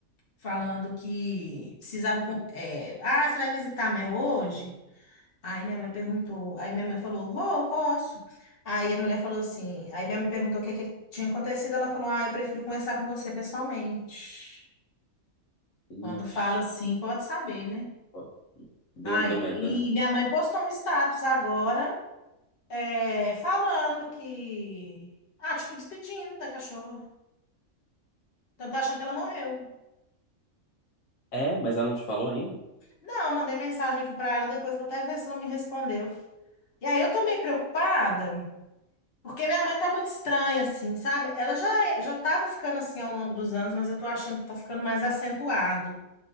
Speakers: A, on the left; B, on the left.
A: falando que precisava. com- É, ah, você vai visitar a Mel hoje? Aí minha mãe perguntou, aí minha mãe falou, vou, posso? Aí a mulher falou assim, aí minha mãe perguntou o que, que tinha acontecido, ela falou, ah, eu prefiro conversar com você pessoalmente. Quando
B: Ixi,
A: fala assim, pode saber, né?
B: ó, deu,
A: Aí
B: deu merda,
A: e
B: né?
A: minha mãe postou um status agora, é, falando que, ah, tipo, despedindo da cachorra. Então tá achando que ela morreu.
B: É, mas ela não te falou ainda?
A: Não, eu mandei mensagem aqui pra ela, depois vou até ver se ela me respondeu. E aí eu tô meio preocupada, Porque minha mãe tá muito estranha, assim, sabe? Ela já, é- já tava ficando assim ao longo dos anos, mas eu tô achando que tá ficando mais acentuado.